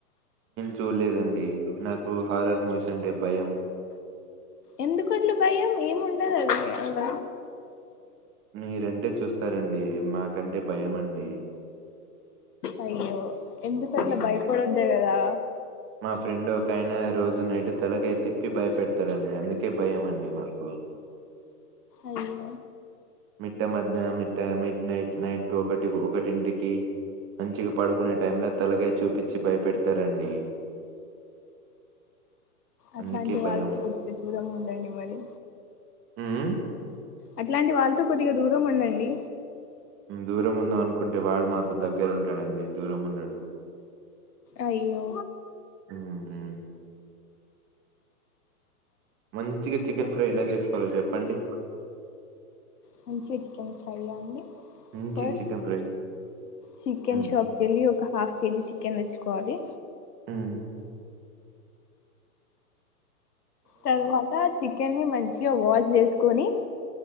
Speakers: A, on the right; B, on the left.
A: చూలేదండి నాకు హారర్ మూవీస్ అంటే భయం
B: ఎందుకు అట్లా భయం ఏము ఉండదు అది అల
A: మీరంటే చూస్తారండి మాకంటే భయం అండి
B: అయ్యో ఎందుకు అట్లా
A: హ్మ్.
B: భయపడొద్ద కదా
A: మా ఫ్రెండ్ ఒక ఆయన రోజు నైట్ తలకయ తిప్పి భయపెడతాడండి అందుకే భయం అండి మాకు
B: అయ్యో
A: మిట్ట మధ్య మిట్ట మిడ్ నైట్ నైట్ ఒకటి ఒకటింటికి మంచిగా పడుకునే టైమ్ల తలగాయ చూపించి భయపెడతారండి
B: అట్లాంటి
A: అందుకే భయం
B: వాళ్ళతో కొద్దిగా దూరం ఉండండి మరి.
A: ఊమ్
B: అట్లాంటి వాళ్ళతో కొద్దిగా దూరం ఉండండి
A: దూరం ఉందాం అనుకుంటే వాడు మాతో దగ్గర ఉంటాడండి దూరం ఉండడు.
B: అయ్యో
A: ఉమ్, మంచిగా చికెన్ ఫ్రై ఇలా చేస్. వాలో చెప్పండి
B: మంచిగా చికెన్ ఫ్రైయా అండి
A: మంచిగా
B: ఫస్
A: చికెన్ ఫ్రై
B: చికెన్షాప్
A: ఉమ్,
B: కెలి ఒక హాఫ్ కేజీ చికెన్ తెచ్చుకోవాలి
A: ఊమ్
B: తర్వాత తి కని మంచిగా వాష్ జేసుకొని